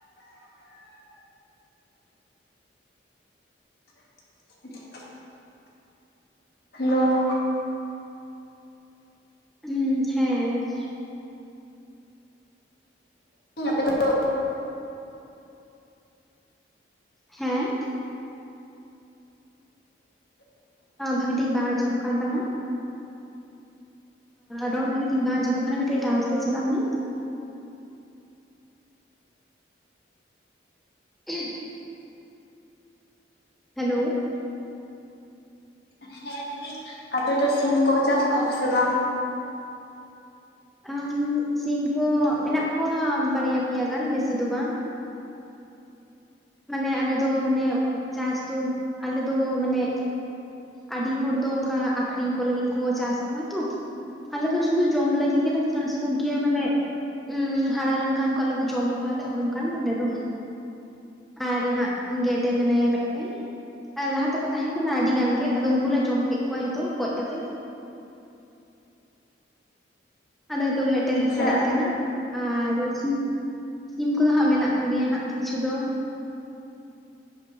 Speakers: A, on the left; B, in the centre.
A: <unintelligible> ᱦᱮᱞᱳ
B: ᱦᱩᱸ, ᱦᱮᱸ
A: ᱟᱯᱮ‌ ᱫᱚ
B: ᱦᱮᱸ ᱵᱷᱟᱹᱜᱤ ᱴᱷᱤᱠ ᱵᱟᱝ ᱟᱸᱡᱚᱢᱚᱜ ᱠᱟᱱ ᱛᱟᱢᱟ ᱨᱚᱲ ᱵᱷᱟᱹᱜᱤ ᱴᱷᱤᱠ ᱵᱟᱝ ᱟᱸᱡᱚᱢᱚᱜ ᱠᱟᱱᱟ ᱠᱟᱹᱴᱤᱡ ᱴᱟᱣᱟᱨ ᱥᱮᱫ ᱪᱟᱞᱟᱜ ᱢᱮ <inaudible> ᱦᱮᱞᱳ
A: ᱦᱮᱸ ᱞᱟᱹᱭ ᱫᱟᱹᱧ ᱟᱯᱮ ᱫᱚ ᱥᱤᱢ ᱠᱚ ᱪᱟᱥ ᱠᱚᱣᱟ ᱯᱮ ᱥᱮ ᱵᱟᱝ?
B: ᱟᱨ <unintelligible> ᱥᱤᱢ ᱠᱚ ᱢᱮᱱᱟᱜ ᱠᱚᱣᱟ ᱵᱟᱨᱭᱟ ᱯᱮᱭᱟ ᱜᱟᱱ ᱵᱮᱥᱤ ᱫᱚ ᱵᱟᱝ ᱢᱟᱱᱮ ᱟᱞᱮ ᱫᱚ ᱢᱟᱱᱮ‌ ᱩᱱ ᱪᱟᱥ ᱛᱚ ᱟᱞᱮ ᱫᱚ ᱢᱟᱱᱮ ᱟᱹᱰᱤ ᱦᱚᱲ ᱫᱚ ᱚᱱᱠᱟ ᱟᱹᱠᱷᱨᱤᱧ ᱠᱚ ᱞᱟᱹᱜᱤᱫ ᱠᱚ ᱪᱟᱥ ᱠᱚᱣᱟ ᱛᱚ ᱟᱞᱮ ᱫᱚ ᱥᱩᱫᱷᱩ ᱡᱚᱢ ᱞᱟᱹᱜᱤᱫ ᱜᱮᱞᱮ ᱪᱟᱥ ᱠᱚ ᱜᱮᱭᱟ‌ ᱢᱟᱱᱮ ᱩᱸᱻ ᱦᱟᱲᱟ ᱞᱮᱱ ᱠᱷᱟᱱ ᱠᱚ ᱟᱞᱮ‌ ᱫᱚ ᱡᱚᱢ ᱠᱚᱣᱟ ᱞᱮ ᱚᱱᱠᱟᱱ ᱟᱞᱮ ᱫᱚ᱾ ᱟᱨ ᱦᱟᱸᱜ ᱜᱮᱸᱰᱮ ᱢᱮᱱᱟᱭᱟ ᱢᱤᱫᱴᱮᱱ ᱟᱨ ᱞᱟᱦᱟ ᱛᱮᱠᱚ ᱛᱟᱦᱮᱸ ᱠᱟᱱᱟ ᱟᱹᱰᱤ ᱜᱟᱱ ᱜᱮ ᱟᱫᱚ ᱩᱱᱠᱩ ᱞᱮ ᱡᱚᱢ ᱠᱮᱫ ᱠᱚᱣᱟ ᱡᱚᱛᱚ ᱜᱚᱡ ᱠᱟᱛᱮ ᱟᱫᱚ ᱱᱤᱛᱚᱜ ᱢᱤᱫᱴᱮᱱᱮ
A: ᱟᱪᱪᱷᱟ
B: ᱥᱟᱨᱮᱡ ᱠᱟᱱᱟ ᱟᱨ‌ ᱥᱩᱼᱼᱼ ᱥᱤᱢ ᱠᱚᱫᱚ ᱦᱟᱸᱜ ᱢᱮᱱᱟᱜ ᱠᱚ ᱜᱮᱭᱟ ᱦᱟᱸᱜ ᱠᱤᱪᱷᱩ ᱫᱚ᱾